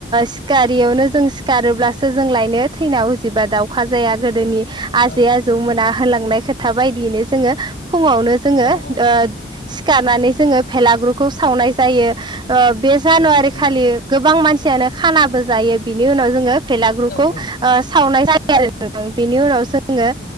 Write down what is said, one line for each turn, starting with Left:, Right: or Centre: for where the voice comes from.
Right: सिखारियावनो जों सिखारोब्लासो जों लायनो थैना उजिबा दावखा जाया गोदोनि आजै
Left: औ औ
Right: आजौ
Left: नंगौ
Right: मोना
Left: नोंथां
Right: होलांनाय खोथा था बायदियैनो जोङो फुङावनो जोङो
Left: औ औ
Right: ओ सिखारनानै जोङो भेलागुरखौ सावनाय जायो ओ बे जानुवारि
Left: औ नंगौ
Right: खालि
Left: नोंथां
Right: गोबां मानसि खानाबो जायो बिनि उनाव जोङो बेलागुरखौ
Left: औ
Right: ओ
Left: औ
Right: सावनाय <unintelligible> बेनि उनाव जोङो